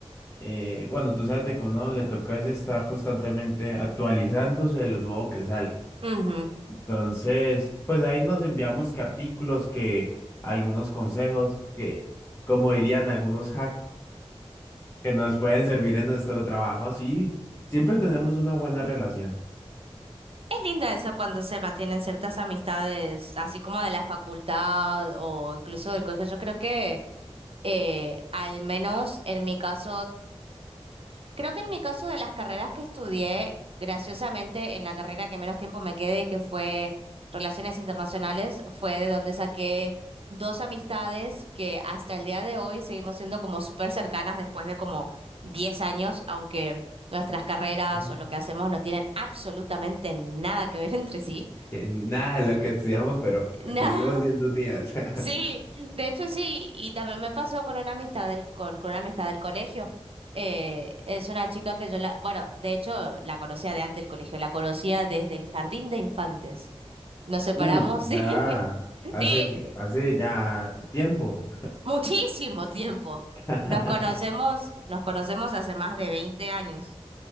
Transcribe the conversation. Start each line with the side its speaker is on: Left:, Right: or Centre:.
Left: eh, bueno, tú sabes de que uno le toca es estar constantemente actualizándose de lo nuevo que sale.
Right: Ujú.
Left: Entonces, pues ahí nos enviamos cartículos que algunos consejos que, como dirían algunos hacks, que nos pueden servir en nuestro trabajo. Así siempre tenemos una buena relación.
Right: Es lindo eso cuando se mantienen ciertas amistades, así como de la facultad o incluso del colegio. Yo creo que, eh, al menos en mi caso, Creo que en mi caso de las carreras que estudié, graciosamente en la carrera que menos tiempo me quedé, que fue Relaciones Internacionales, fue de donde saqué dos amistades que hasta el día de hoy seguimos siendo como súper cercanas después de como 10 años, aunque nuestras carreras
Left: Oh.
Right: o lo que hacemos no tienen absolutamente nada que ver <laughs> entre sí.
Left: Que Nada de lo que estudiamos, pero
Right: No.
Left: seguimos siendo unidas.
Right: Sí,
Left: <laughs>
Right: de hecho sí, y también me pasó con una amistad del, con, con una amistad del colegio. Eh, es una chica que yo la, bueno, de hecho la conocía de antes del colegio, la conocía desde el jardín de infantes. Nos separamos,
Left: Uh,
Right: <laughs> sí,
Left: o sea, hace
Right: sí,
Left: que, hace ya tiempo.
Right: muchísimo tiempo.
Left: <laughs>
Right: Nos conocemos, nos conocemos hace más de 20 años.